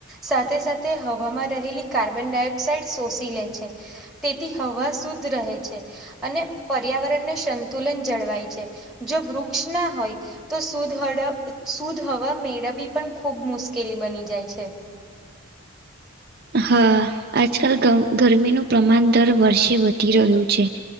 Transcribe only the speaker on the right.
હ આજકાલ ગમ ગરમીનું પ્રમાણ દર વર્ષે વધી રહ્યું છે.